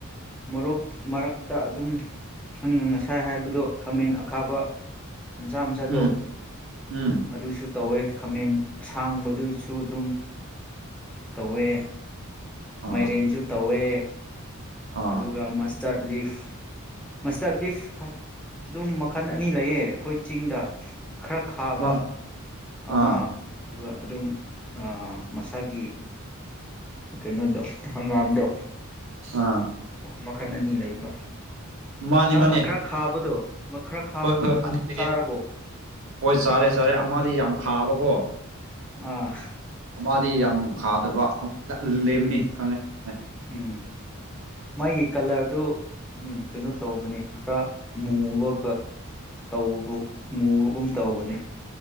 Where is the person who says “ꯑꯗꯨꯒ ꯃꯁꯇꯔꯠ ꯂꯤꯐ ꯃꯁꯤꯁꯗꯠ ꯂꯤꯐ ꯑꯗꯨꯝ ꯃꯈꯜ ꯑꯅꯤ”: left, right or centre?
Centre